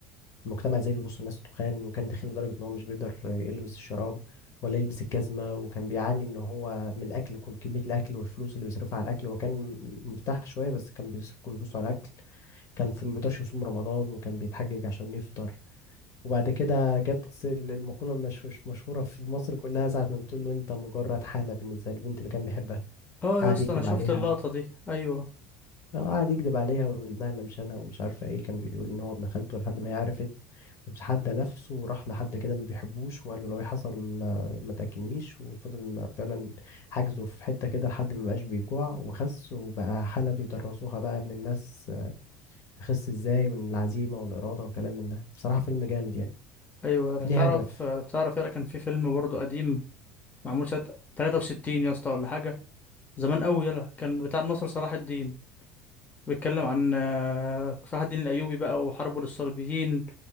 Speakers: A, on the left; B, on the left.
A: المجتمع ازاي بيبص الناس تخان وكان تخين لدرجه ان هو مش بيقدر يلبس الشراب ولا يلبس الجزمه وكان بيعاني ان هو من الاكل كل- كميه الاكل والفلوس اللي بيصرفها على الاكل وكان مرتاح شويه بس كان بيصرف كل فلوسه على الاكل كان في ما بيقدرش يصوم رمضان وكان بيتحجج عشان يفطر وبعد كده جت الس- المقولة المشهوش- مشهورة في مصر كلها ساعة ما بتقول له أنت مجرد حالة بالنسبة للبنت اللي كان بيحبها
B: اه
A: قعد
B: يا اسطى
A: يكذب
B: انا شفت
A: عليها
B: اللقطه دي ايوه
A: لا قعد يكذب عليها ويقول لها أنا مش أنا ومش عارفة إيه كان بيقول إن هو ابن خالته لحد ما هي عرفت وتحدى نفسه وراح لحد كده ما بيحبوش وقال له لو إيه حصل ما ما تأكلنيش وفضل ما- فعلا حاجزه في حتة كده لحد ما بقاش بيجوع وخس وبقى حالة بيدرسوها بقى للناس تخس إزاي والعزيمة والإرادة وكلام من ده بصراحة فيلم جامد يعني
B: ايوه انا
A: ليه
B: تعرف
A: هدف
B: تعرف يلا كان في فيلم برضه قديم معمول سنه 63 يا اسطى ولا حاجه زمان قوي يلا كان بتاع النصر صلاح الدين بيتكلم عن آه، صلاح الدين الأيوبي بقى وحربه للصليبيين